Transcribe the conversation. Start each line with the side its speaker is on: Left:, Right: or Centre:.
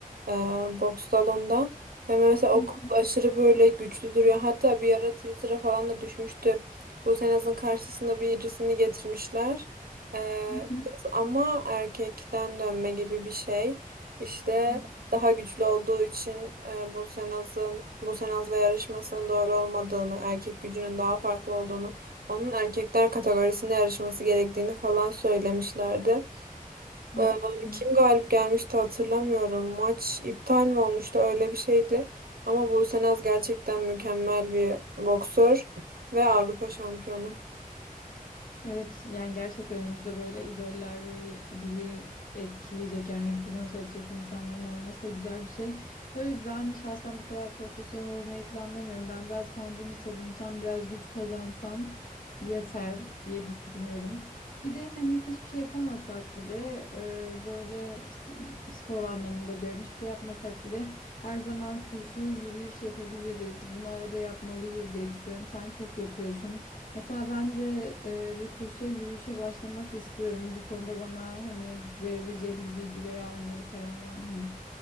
Right: e, boks salonunda. Ve mesela o
Left: Hı. hı.
Right: kız aşırı böyle güçlü duruyor. Hatta bir ara Twitter'a falan da düşmüştü. Buse Naz'ın karşısına birisini getirmişler. E,
Left: Hı hı,
Right: kız ama erkekten dönme gibi bir şey. İşte
Left: hı
Right: daha güçlü olduğu için e, Bosenaz'ın Bosenaz'la yarışmasının doğru olmadığını, erkek gücünün daha farklı olduğunu, onun erkekler kategorisinde yarışması gerektiğini falan söylemişlerdi.
Left: hı,
Right: E,
Left: hı hı.
Right: kim galip gelmişti hatırlamıyorum. Maç iptal mi olmuştu öyle bir şeydi. Ama Bosenaz gerçekten mükemmel bir boksör ve Avrupa şampiyonu.
Left: Evet yani gerçekten önümüzde böyle idoller ve bizi etkileyecek yani influence edecek insanların olması da güzel bir şey. Tabii ben şahsen bu kadar profesyonel olmayı planlamıyorum. Ben biraz kendimi savunsam, biraz güç kazansam yeter diye düşünüyorum. Bir de hani hiçbir şey yapamasak bile e, böyle s- spor anlamında diyorum hiçbir şey yapmasak bile her zaman koşu, yürüyüş yapabiliriz. Bunu arada yapmalıyız diye düşünüyorum. Sen çok yapıyorsun. Mesela ben de e, bir koşuya yürüyüşe başlamak istiyorum. Bu konuda bana hani verebileceğim bir bilgi veya öneri falan var mı?